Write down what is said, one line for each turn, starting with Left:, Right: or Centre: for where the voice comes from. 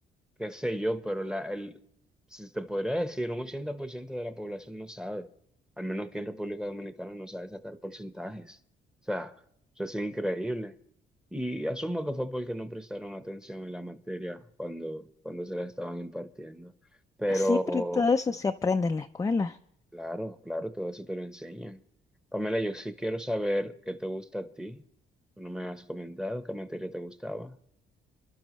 Centre: qué sé yo, pero la, el, si te podría decir, un 80% de la población no sabe, al menos que en República Dominicana no sabe sacar porcentajes. O sea, eso es increíble. Y asumo que fue porque no prestaron atención en la materia cuando, cuando se la estaban impartiendo. Mm. Pero
Left: Sí, pero todo eso se aprende en la escuela.
Centre: Claro, claro, todo eso te lo enseñan. Pamela, yo sí quiero saber qué te gusta a ti. Tú no me has comentado qué materia te gustaba.